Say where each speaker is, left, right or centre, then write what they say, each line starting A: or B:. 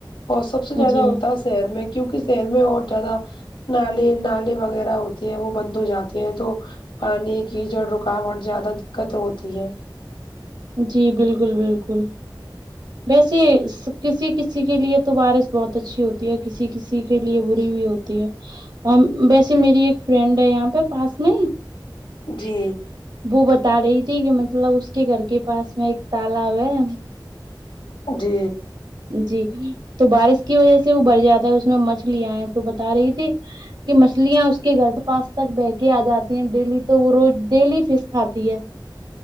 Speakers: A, on the left; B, on the right.
A: اور سب
B: آپ
A: سے زیادہ
B: جی
A: ہوتا ہے شہر میں کیونکی شہر میں اور زیادہ نالے نالے وغیرہ ہوتے ہیں وہ بند ہو جاتے ہیں تو پانی کی جو رکاوٹ زیادہ دقت ہوتی ہے
B: جی بالکل بالکل ویسے کسی کسی کے لیے تو باریس بہت اچھی ہوتی ہے کسی کسی کے لیے بری بھی ہوتی تی ہے ویسے میری ایک فرینڈ ہے یہاں پے پاس نہیں
A: جی
B: وہ بتا رہی تھی کی مطلب اس کے گھر کے پاس میں ایک تالاب ہے
A: جی
B: جی تو بارش کی وجہ سے وہ بر جاتا ہے اس میں مچھلیا آئے تو بتا رہی تھی کی مچھلیاں اس کے گھر کے پاس تک بہے کے آ جاتی ہیں ڈیلی تو وہ روز ڈیلی فش کھاتی ہے